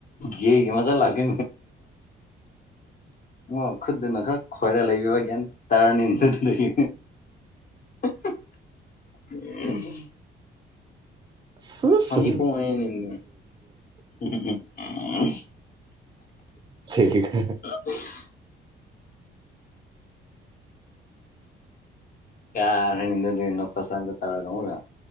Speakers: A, on the left; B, on the right.
A: ꯌꯦ ꯏꯃꯖꯦ ꯂꯥꯛꯑꯦ ꯃ ꯈꯨꯠꯇꯨꯅ ꯈ꯭ꯔ ꯈꯣꯏꯔ ꯂꯩꯔꯥꯕ ꯒ꯭ꯌꯥꯟ ꯇꯥꯔꯥꯅꯤ ꯑꯗꯨꯗꯒꯤ ꯎ <unintelligible>
B: ꯁꯤꯁ
A: ꯁꯅꯤ ꯐꯕ ꯅꯗ <unintelligible>
B: ꯁ ꯈ
A: ꯎꯝ ꯀꯔꯗꯗꯤ ꯏꯅꯣ ꯐꯁꯗ ꯇꯔꯒꯒ